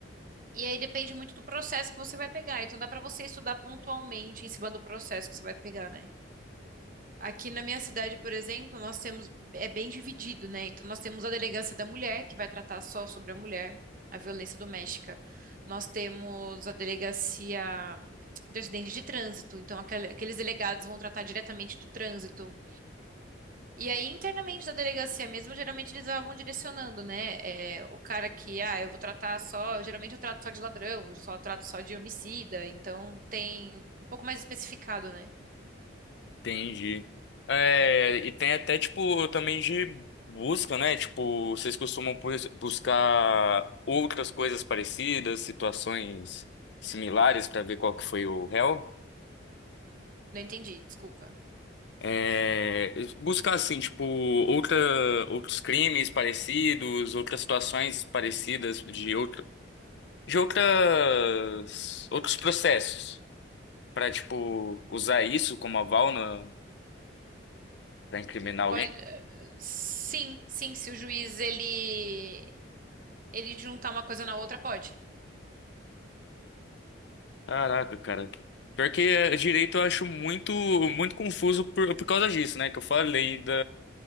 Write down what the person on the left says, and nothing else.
entendi. É, e tem até, tipo, também de busca, né? Tipo, vocês costumam bu- buscar outras coisas parecidas, situações similares para ver qual que foi o réu?
É, buscar assim, tipo, outra, outros crimes parecidos, outras situações parecidas de outra, de outras, outros processos Pra, tipo usar isso como aval na- pra incriminar alguém.
Caraca, cara. Pior que é, direito eu acho muito muito confuso por, por causa disso, né? Que eu falei da,